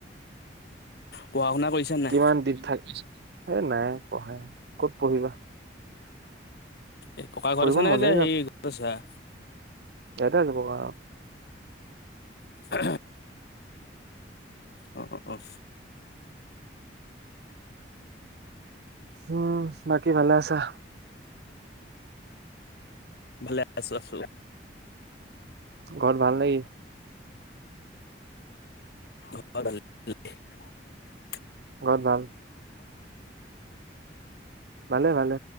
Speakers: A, on the left; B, on the right.
A: পঢ়া শুনা কৰিছা নাই
B: কিমান দিন থাক এ নাই পঢ়াই ক'ত পঢ়িবা <unintelligible>
A: এই ককা
B: পঢ়িব
A: ঘৰত আচা নে
B: মনে
A: যে সেই ঘৰত আছা <unintelligible>
B: এয়াতে আছো ককা ঘৰত <unintelligible>
A: অ অ অ <unintelligible>
B: উম বাকী ভালে আছা
A: ভালে আছো আছো
B: ঘৰত ভাল নে কি
A: ঘ <unintelligible>
B: ঘৰত ভাল? ভালে ভালে